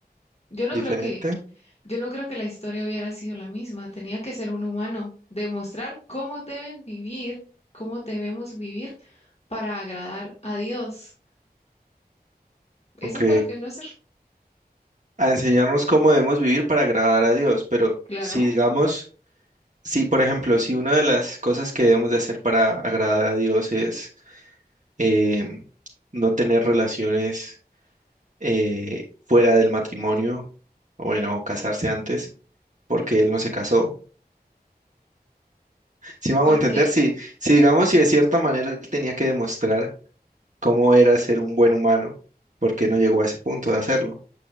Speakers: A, on the left; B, on the right.
A: Yo no
B: diferente,
A: creo que, yo no creo que la historia hubiera sido la misma. Tenía que ser un humano, demostrar cómo deben vivir, cómo debemos vivir para agradar a Dios. Eso
B: ¿ok?
A: fue lo que vino a hacer,
B: A enseñarnos cómo debemos vivir para agradar a Dios, pero
A: claro,
B: si digamos... Sí, por ejemplo, si una de las cosas que debemos de hacer para agradar a Dios es em, no tener relaciones eh, fuera del matrimonio, o bueno, o casarse antes, porque Él no se casó. Si vamos
A: porque
B: a entender, si, si digamos, si de cierta manera Él tenía que demostrar cómo era ser un buen humano, ¿por qué no llegó a ese punto de hacerlo?